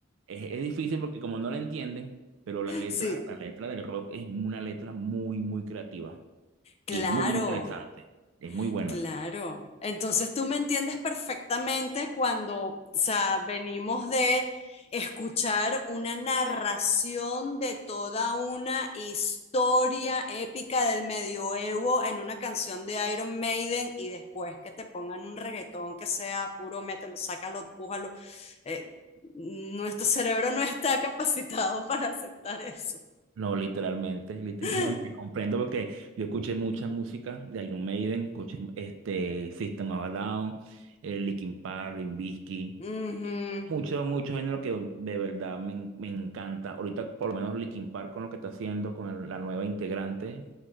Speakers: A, on the right; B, on the left.
A: es, es difícil porque como no la entienden, pero la letra,
B: sí,
A: la letra del rock es una letra muy, muy creativa
B: claro,
A: y es muy interesante, es muy buena.
B: Claro. Entonces tú me entiendes perfectamente cuando, o sea, venimos de escuchar una narración de toda una historia épica del medioevo en una canción de Iron Maiden y después que te pongan un reggaetón que sea puro mételo, sácalo, pújalo. Eh, nuestro cerebro no está capacitado <laughs> para aceptar eso.
A: No, literalmente, liter-
B: <laughs>
A: <laughs> no, y me comprendo porque yo escuché mucha música de Iron Maiden, escuché este, System of a Down, eh, Linkin Park, Limp Bizkit,
B: Ujú,
A: Mucho, mucho género que de verdad me, en- me encanta. Ahorita, por lo menos, Linkin Park con lo que está haciendo, con el- la nueva integrante,